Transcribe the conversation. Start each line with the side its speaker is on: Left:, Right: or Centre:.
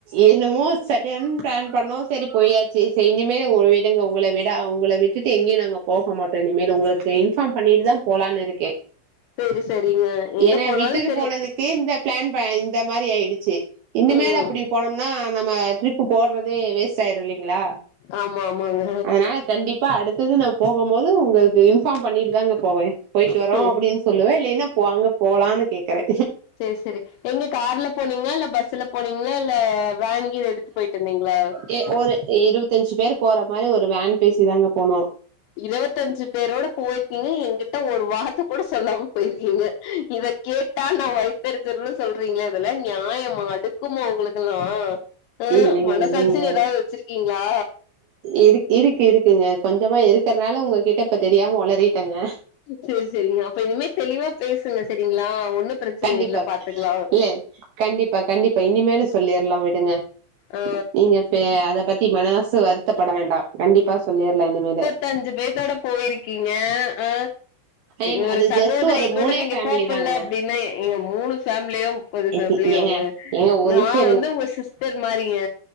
Right: என்னமோ சடன் பிளான் பண்ணோ செரி போயாச்சி செரி இனிமே உ விடுங்க உங்கள விட உங்கள விட்டுட்டு எங்கியு நாங்க போக மாட்டோ இனிமேலு உங்களுக் இன்ஃபாம் பண்ணிட்டுதா போலான் இருக்கே
Left: செரி செரிங்க எங்க
Right: என
Left: போனாலு
Right: விட்டுட்டு
Left: செரி
Right: போனதுக்கு இந்த பிளான் ப இந்த மாரி ஆய்டுச்சி இனிமேலு
Left: ம்
Right: அப்புடி போனம்னா நம்ம ட்ரிப் போட்றதே வேஸ்ட் ஆயிரு இல்லைங்களா
Left: ஆமா ஆமாங்க
Right: ஆ கண்டிப்பா அடுத்தது நா போகு போது உங்களுக்கு இன்பாம் பண்ணிட்டு தாங்க போவே போய்ட்டு வரோ
Left: செரி
Right: அப்புடின் சொல்லுவ இல்லேனா போங்க போலான்னு கேக்கறே
Left: சேர் சேரி எங்க கார்ல போனீங்ளா இல்ல பஸ்ல போனீங்ளா இல்ல வேனு கீனு எடுத்து போய்ட்டு வந்தீங்ளா
Right: ஏ ஒரு இருவத்தஞ்சி பேரு போற மாரி ஒரு வேன் பேசிதாங்க போனோ
Left: இருவத்தஞ்சி பேரோட போய்ருக்கீங்க எங்கிட்ட ஒரு வார் து கூட சொல்லாம போய்ருக்கீங்க இத கேட்டா நா வைத்தெறிச்சலோட சொல்றீங்ளே இதெல்லா நியாயமா அடுக் குமா உங்களுக்கெல்லா ஆ
Right: இல்லைங்க
Left: மனசாச்சின்
Right: இல்லைங்க
Left: ஏதாவது வச்சிருக்கீங்ளா
Right: இருக் இருக் இருக்குங்க கொஞ்சமா இருக்கற்னால உங்ககிட்ட இப்ப தெரியாம ஒளறிட்டங்க
Left: சேரி சேரிங்க அப்ப இனிமே தெளிவா பேசுங்க சேரிங்ளா ஒண்ணு பிரச்சன
Right: கண்டிப்பா
Left: இல்ல பாத்துக்லா
Right: இல்ல கண்டிப்பா கண்டிப்பா இனிமேலு சொல்லிர்லா விடுங்க
Left: ஆ
Right: நீங்க எ அத பத்தி மனசு வருத்தப்பட வேண்டா கண்டிப்பா சொல்லிர்லா இனிமேலு
Left: தஞ்சி பேத்தோட போய்ருக்கீங்க ஆ
Right: ஏங்க
Left: ஒரு
Right: அது
Left: சகோதரிய
Right: ஜஸ்ட் ஒரு
Left: கூட
Right: மூணே
Left: நீங்க
Right: ஃபேமிலி
Left: கூப்புல்ல
Right: தாங்க
Left: அப்டின்னு ஏங்க மூணு ஃபேம்லியு முப்பது ஃபேமிலியோங்க
Right: இது ஏங்க ஏங்க ஒரு
Left: நா
Right: நிமிஷோ
Left: வந்து உங்க சிஸ்டர் மாரிங்க